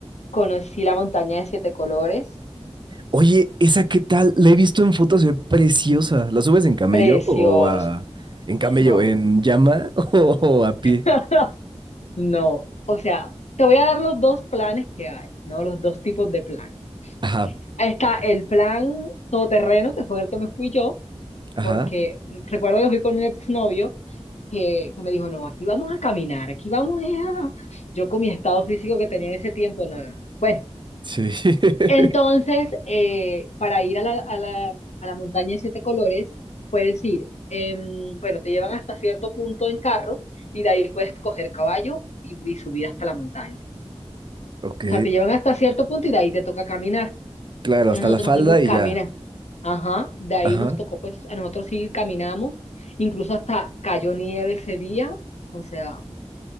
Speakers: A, on the left (about 80°); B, on the right (about 45°).
A: conocí la montaña de siete colores,
B: Oye, ¿esa qué tal? La he visto en fotos, se ve preciosa. ¿La subes en camello
A: precios,
B: o a... en camello,
A: no,
B: en llama <laughs> o a pie?
A: <laughs> no, o sea, te voy a dar los dos planes que hay, ¿no? Los dos tipos de planes.
B: Ajá,
A: Está el plan todoterreno, que fue el que me fui yo,
B: ajá.
A: porque recuerdo que fui con un exnovio que, que me dijo, no, aquí vamos a caminar, aquí vamos eh, a... <laughs> Yo con mi estado físico que tenía en ese tiempo, no, no, no. Bueno,
B: Sí. <laughs>
A: entonces, eh, para ir a la, a la, a la montaña de siete colores, puedes ir, em, bueno, te llevan hasta cierto punto en carro y de ahí puedes coger caballo y, y subir hasta la montaña.
B: Ok.
A: O sea, te llevan hasta cierto punto y de ahí te toca caminar.
B: Claro,
A: Entonces
B: hasta
A: nosotros
B: la falda
A: nos fuimos
B: y
A: caminar.
B: ya.
A: Ajá, de ahí
B: Ajá.
A: nos tocó, pues, a nosotros sí caminamos, incluso hasta cayó nieve ese día. O sea,